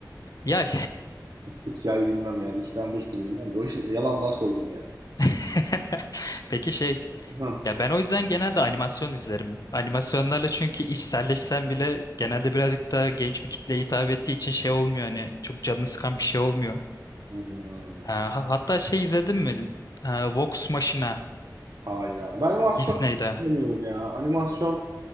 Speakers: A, on the left (about 55°); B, on the right (about 60°).
A: ya
B: Hikaye bilmem yani. İki tane burç bilirim ben de. O yüzden yalandan sordum yani.
A: <laughs> peki şey
B: Hı.
A: Ya ben o yüzden genelde animasyon izlerim. Animasyonlarla çünkü içselleşsem bile genelde birazcık daha genç bir kitleye hitap ettiği için şey olmuyor hani çok canını sıkan bir şey olmuyor.
B: Hı.
A: Ha, ha- hatta şey izledin mi? Ha, Vox Machina
B: Hayır abi. Ben animasyon
A: Disney'de.
B: deniyorum ya. Animasyon.